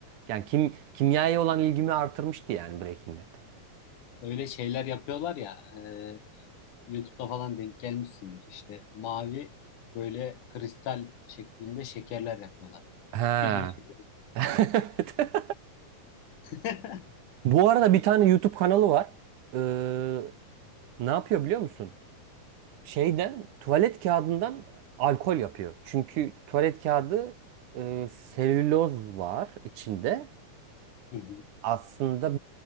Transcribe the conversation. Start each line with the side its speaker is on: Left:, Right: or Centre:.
Right: Yani kim kimyaya olan ilgimi artırmıştı yani Breaking Bad.
Left: Öyle şeyler yapıyorlar ya e, YouTube'da falan denk gelmişsindir. İşte mavi böyle kristal şeklinde şekerler yapıyorlar.
Right: Ha.
Left: Bildiğin şey.
Right: <laughs>
Left: <laughs>
Right: Bu arada bir tane YouTube kanalı var. Ee, ne yapıyor biliyor musun? Şeyden tuvalet kağıdından alkol yapıyor. Çünkü tuvalet kağıdı e, selüloz var içinde.
Left: Hı hı.
Right: aslında